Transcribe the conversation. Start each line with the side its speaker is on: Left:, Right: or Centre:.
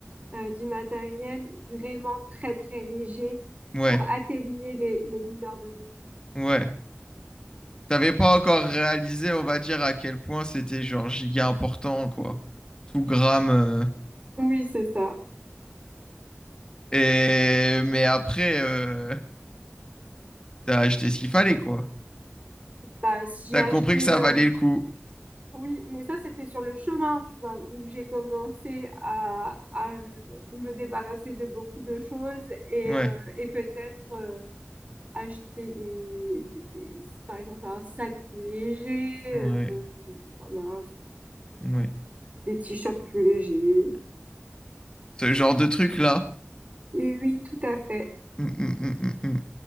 Right: euh, du matériel vraiment très, très léger
Left: Ouais,
Right: pour atténuer les, les douleurs de dos.
Left: ouais. T'avais pas encore réalisé, on va dire, à quel point c'était genre giga important, quoi. Tout gramme. euh.
Right: Oui, c'est ça.
Left: Et mais après, euh, t'as acheté ce qu'il fallait, quoi.
Right: Bah, j'ai
Left: T'as
Right: acheté.
Left: compris que ça
Right: euh,
Left: valait le coup.
Right: Oui, mais ça, c'était sur le chemin, tu vois, où j'ai commencé à, à me débarrasser de beaucoup de choses et,
Left: Ouais,
Right: euh, et peut-être. euh, acheter des, des- des- par exemple, un sac plus léger,
Left: ouais,
Right: euh, voilà,
Left: ouais.
Right: des t-shirts plus légers.
Left: Ce genre de truc-là.
Right: Et oui, tout à fait.
Left: Mm, mm, mm, mm, mm.